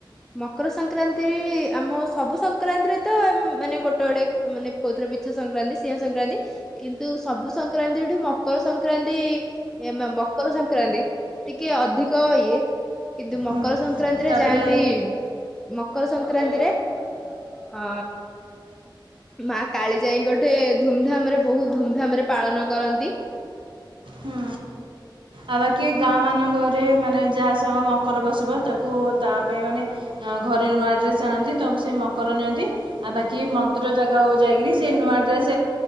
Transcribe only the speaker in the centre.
ମକର ସଂକ୍ରାନ୍ତିରେ ଆମ ସବୁ ସଂକ୍ରାନ୍ତିରେ ତ ମାନେ ଗୋଟେ ଗୋଟେ ମାନେ କହୁଥିଲେ ବିଛା ସଂକ୍ରାନ୍ତି, ସିଂହ ସଂକ୍ରାନ୍ତି କିନ୍ତୁ ସବୁ ସଂକ୍ରାନ୍ତିଠୁ ମକର ସଂକ୍ରାନ୍ତି ଏ ମକର ସଂକ୍ରାନ୍ତି ଟିକେ ଅଧିକ ଇଏ କିନ୍ତୁ ମକର
ସଂକ୍ରାନ୍ତିରେ
ଯାଆନ୍ତି ମକର ସଂକ୍ରାନ୍ତିରେ ହଁ ମା କାଳିଜାଇ ଗୋଟେ ଧୁମଧାମ ରେ ବହୁତ ଧୁମଧାମ ରେ ପାଳନ କରନ୍ତି।